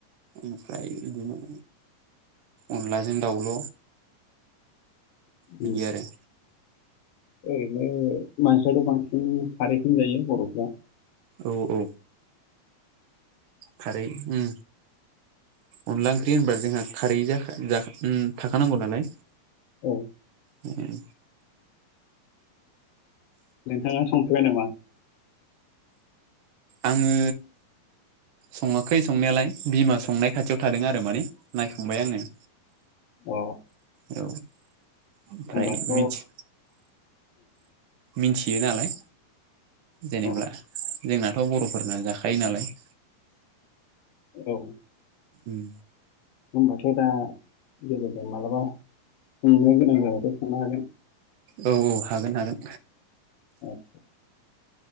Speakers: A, on the right; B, on the left.
A: ओमफ्राय बिदिनो अनलाजों दाउल' बिदि
B: उम
A: आरो।
B: ओरैनो मानसियाथ' बांसिन खारैखौनो जायो बर'फ्रा?
A: औ औ। खारै उम। अनला ओंख्रि होनबा जोंहा खारै जाखा जाखा उम थाखानांगौ नालाय।
B: औ।
A: उम।
B: नोंथाङा संफेरबाय नामा?
A: आङो सङाखै संनायालाय बिमा संनाय खाथियाव थादों आरो माने नायखांबाय आङो।
B: अ।
A: औ ओमफ्राय
B: होमबाथ' ओं
A: मिथि मिथियो नालाय जेनोबा
B: अ
A: जोंनाथ' बर'फोरना जाखायो नालाय।
B: औ।
A: उम।
B: होमबाथ दा जेबा मालाबा संनो गोनां जाबथाय' संनो हागोन।
A: औ औ हागोन हागोन।
B: आतसा।